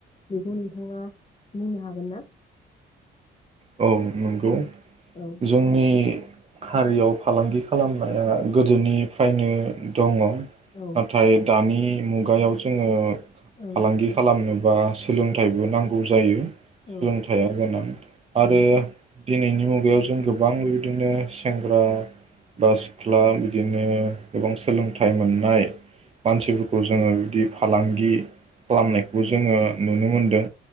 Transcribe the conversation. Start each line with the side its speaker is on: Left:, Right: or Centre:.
Left: बेखौ नोंथाङा बुंनो हागोन ना?
Right: औ नंगौ।
Left: औ
Right: जोंनि। हारियाव फालांगि खालामनाया गोदोनिफ्रायनो दङ।
Left: औ
Right: नाथाय दानि मुगायाव जोङो
Left: औ
Right: फालांगि खालामनो बा सोलोंथाइबो नांगौ जायो।
Left: औ
Right: सोलोंथाइ आ गोनां।
Left: औ
Right: आरो दिनैनि मुगायाव औ जों गोबां बिबदिनो सेंग्रा बा सिख्ला बिदिनो गोबां सोलोंथाइ मोननाय मानसिफोरखौ जोङो बिदि फालांगि खालामनायखौबो जोङो नुनो मोनदों।